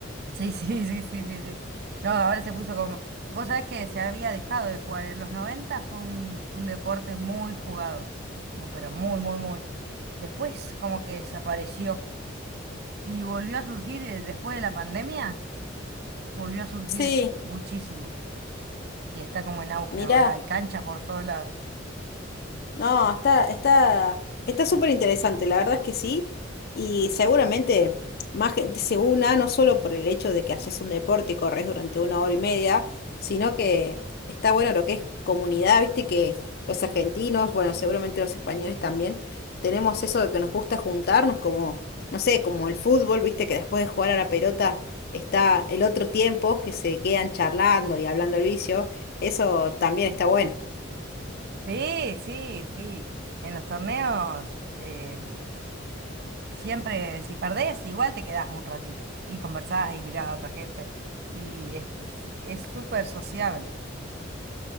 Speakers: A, on the right; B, on the left.
A: Sí, sí, sí, sí, sí, sí. No, ahora se puso como... Vos sabés que se había dejado de jugar. En los 90? fue un, un deporte muy jugado, mm, pero muy, muy, muy. Después como que desapareció y volvió a surgir eh, después de la pandemia, volvió a surgir
B: Sí,
A: muchísimo y está como en auge
B: mirá.
A: ahora. Hay canchas por todos lados.
B: No, está, está, está súper interesante, la verdad es que sí. Y seguramente más gente se una, no solo por el hecho de que haces un deporte y corres durante una hora y media, sino que está bueno lo que es comunidad, viste que los argentinos, bueno, seguramente los españoles también, tenemos eso de que nos gusta juntarnos, como, no sé, como el fútbol, viste que después de jugar a la pelota está el otro tiempo que se quedan charlando y hablando al vicio. Eso también está bueno.
A: Sí, sí, sí. En los torneos eh, Siempre, si perdés, igual te quedás un ratito y conversás y mirás a otra gente. Y es, es súper sociable.